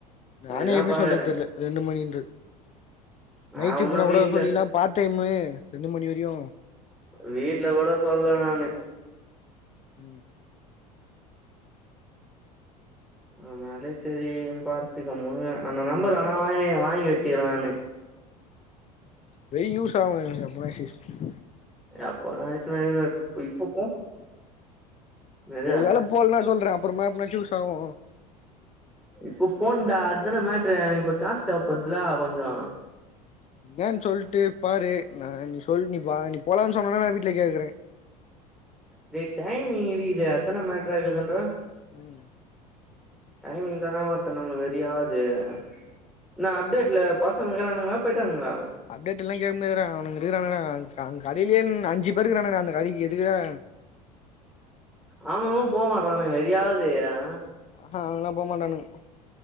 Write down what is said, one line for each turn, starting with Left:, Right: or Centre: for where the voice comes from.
Left: நானே
Centre: நா இதா
Left: எப்டி
Centre: பாக்குறே
Left: சொல்றது தெர்ல ரெண்டு மணின்ற
Centre: நா
Left: நைட் ஷிப்ட்னா
Centre: உன்னு
Left: கூட
Centre: வீட்ல
Left: சொல்லிக்கிலா பார்ட் டைம்மு ரெண்டு மணி வரையு
Centre: வீட்ல கூட சொல்ல நானு
Left: உம்
Centre: ஆனாலே சரி இன்னு பாத்துக்கோ மு அந்த நம்பர் ஆனா வாங்கி வாங்கி வச்சிக்கிறே நானு
Left: வெய் யூஸ் ஆகுங்க <unintelligible>
Centre: அப்பதா <unintelligible> இப்ப போ எது
Left: உங்ளால போலன்ன சொல்றே அப்பரமா எப்பனா ஜூஸ் ஆகு
Centre: இப்ப போண்டா அதுதான மேட்டுற இப்ப காசு தேவப்படுதுலா கொஞ்சோ
Left: என்னு சொல்ட்டு பாரு நா நீ சொல் நீ வா நீ போலான்னு சொன்னேனா நா வீட்ல கேக்ற
Centre: இது டைமிங் இது இத அத்ன மட்றா இதுதுன்ற
Left: உம்
Centre: டைமிங் தானா ஒருத்த நம்ள வெறியாது அ நா அப்டேட்ல பசங்கக்கிறானுங்ளா போயிட்டானுங்ளா
Left: அப்டேட் எல்லா கேட்க முடியாதுடா அவனங்க இருக்கிறானுகடா காங் கடைலே ன் அஞ்சி பேருக்குக்கிறானுகடா அந்த கடைக்கு எதுக்குடா
Centre: அவனுங்களு போ மாட்டறானு வெறியாவது அ ஆ
Left: அஹ அவனுங்க எல்லா போமாட்டானுக